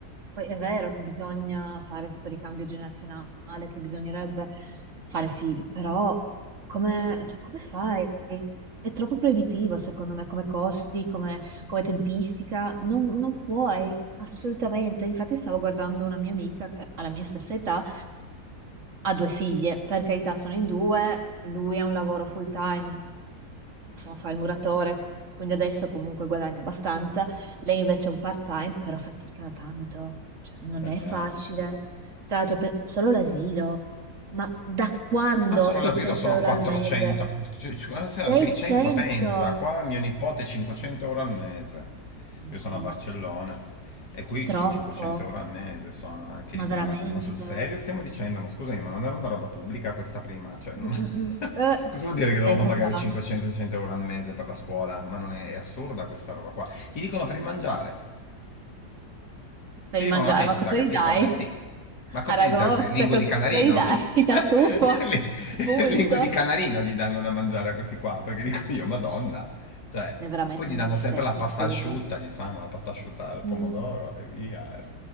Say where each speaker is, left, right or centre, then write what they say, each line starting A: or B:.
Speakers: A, on the right (about 50°); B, on the left (about 85°).
A: Poi è vero che bisogna fare questo ricambio generazionale, che bisognerebbe fare figli, però come, cioè, come fai? È troppo proibitivo, secondo me, come costi, come, come tempistica. Non, non puoi, assolutamente. Infatti stavo guardando una mia amica che ha la mia stessa età ha due figlie, per carità sono in due, lui ha un lavoro full time, insomma fa il muratore, quindi adesso comunque guadagna abbastanza, lei invece è un part time, però faticano tanto, cioè, non
B: Eh
A: è
B: già,
A: facile.
B: eh.
A: Tra l'altro pe- solo l'asilo, ma da quando
B: Ma solo
A: 600
B: l'asilo sono
A: euro
B: 400,
A: al mese?
B: c- c-
A: 600?
B: 600 pensa, qua mio nipote 500 euro al mese,
A: No,
B: io sono a Barcellona
A: ma
B: e qui
A: troppo,
B: sono 500 euro al mese, sono anche
A: ma
B: lì,
A: veramente?
B: ma, ma sul serio stiamo dicendo, ma scusami, ma non era una roba pubblica questa prima, cioè
A: Mm,
B: non...
A: mm,
B: <laughs>
A: mm. Eh,
B: Cosa vuol dire che devono
A: tempo
B: pagare
A: fa.
B: 500-600 euro al mese per la scuola? Ma non è, è assurda questa roba qua. Ti dicono per il mangiare,
A: per
B: ti
A: il
B: dicono
A: mangiare,
B: la mensa,
A: ma cosa
B: capito?
A: gli dai?
B: Eh sì, ma cosa
A: Aragosta,
B: gli dai? Lingue
A: cosa
B: di canarino?
A: gli dai?
B: <laughs>
A: <laughs> Tartufo,
B: Li-
A: appunto.
B: Lingue di canarino gli danno da mangiare a questi qua, perché dico io, Madonna. Cioè,
A: È veramente
B: poi gli
A: una
B: danno
A: tristezza
B: sempre la pasta
A: assurda.
B: asciutta, gli fanno la pasta asciutta al
A: Mm,
B: pomodoro e via. <laughs>